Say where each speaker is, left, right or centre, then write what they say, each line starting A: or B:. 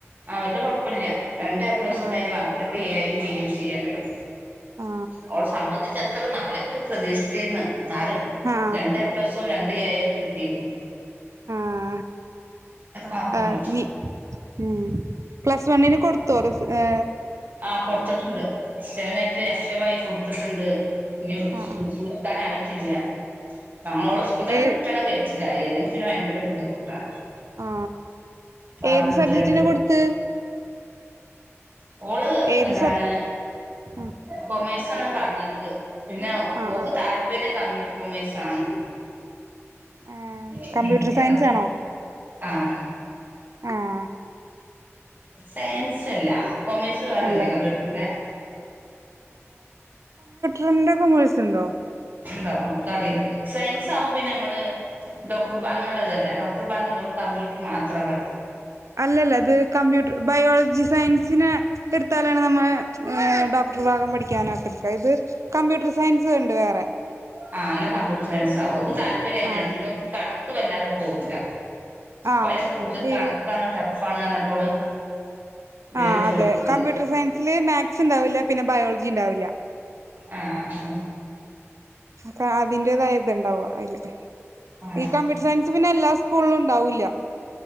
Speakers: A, on the right; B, on the right.
A: വലിയ കുഴപ്പമില്ല രണ്ട് എ പ്ലസ്
B: ആ
A: ഉണ്ടായാലും ബാക്കിലൊക്കെ എയും ബിയും സി ഒക്കെയും
B: ആ
A: അവള് സംമ്മന്തിച്ച് അത്ര നാലൊക്കെ പ്രതീക്ഷിച്ചിന്ന് ന്നാലും
B: ആ
A: രണ്ട് എ രണ്ടു എ ഒക്കെ കിട്ടിക്ക്ണ്
B: ആഹാ
A: മാർക്ക്ണ്ട്
B: ആഹാ ഇനി ഏ പ്ലസ് വണ്ണിന് കൊടുത്ത <unintelligible> ഏ
A: ആഹ കൊടുത്തിട്ടുണ്ട് ചിലതായിട്ട് അക്ഷയ വഴി കൊടുത്തിട്ടുണ്ട് ഇനി
B: ആഹ് ആഹ്
A: കിട്ടാന് ആയിട്ടില്ല തങ്ങളുടെ
B: ആഹ്
A: സ്കൂളിൽ തന്നെ
B: ഏ
A: കിട്ടണങ്കി <unintelligible> അല്ലെങ്കിൽ പിന്നെ ഭയങ്കര ബുദ്ധിമുട്ടാണ്
B: ആ
A: പാട്
B: ഏത്
A: ദൂരണ്ട്
B: സബ്ജക്റ്റിനെ കൊടുത്ത്
A: ഓള്
B: ഏത്
A: എന്താണ്
B: സബ് ആഹ്
A: കോമേഴ്‌സാണ് പറഞീന്നത് പിന്നെ
B: ആഹ്
A: ഓക്ക്
B: ആഹ്
A: താല്പര്യം കമ്പ്യൂട്ടർകോമേഴ്‌സാണ്
B: ആഹ്
A: <unintelligible>
B: കമ്പ്യൂട്ടർ സയൻസ് ആണോ
A: ആഹ്
B: ആഹ്
A: സയൻസ് അല്ല കോമേഴ്സ് ഇത് വേറെയില്ലേ
B: അല്ല
A: കമ്പ്യൂട്ടറിന്റെ
B: രണ്ട് കോമേഴ്സുണ്ടോ
A: ഉണ്ടോ അത് അറിയില്ല സയൻസ് ആവുമ്പോ പിന്നെ നമ്മള് ഡോക്ടർ അങ്ങനെയുള്ളത് അല്ലേ ഡോക്ടർ ഭാഗമല്ല കമ്പ്യൂട്ടർ മാത്രം പഠിച്ച
B: അല്ല അല്ല അത് കമ്പ്യൂട്ടർ ബയോളജി സയൻസനാ ത് എടുത്താലാണ് നമ്മളെ ഏഹ് ഡോക്ടർ ഭാഗം പഠിക്കാനൊക്കെ എടുക്ക ഇത് കമ്പ്യൂട്ടർ സയൻസ് ഉണ്ട് വേറെ
A: ആഹ് എന്നാ കമ്പ്യൂട്ടർ സയൻസ് ആകും ഓക്ക് താല്പര്യം അയ്നാണ്
B: ആഹ്
A: പിന്നെ ഓ കണക്ക് വല്ലാതെ പോവൂല്ല
B: ആഹ്
A: പയ്ല് കൂടുതൽ
B: ഈ
A: കണക്കാണ് ടഫാണ് പറഞ്ഞപ്പോള് ഇതിന്
B: ആഹ് അതെ
A: കൊടുത്തിട്ടില്ല
B: കമ്പ്യൂട്ടർ സയൻസില് മാത്‍സ് ഉണ്ടാവില്ല പിന്നെ ബയോളജി ഉണ്ടാവില്ല.
A: ആഹ്
B: കാ അതിന്റേതായ ഇത് ഇണ്ടാവും അയ്ല്
A: ആ
B: ഈ കമ്പ്യൂട്ടർ സയൻസ് സ് പിന്നെ എല്ലാ സ്കൂളിലും ഉണ്ടാവൂല്ല.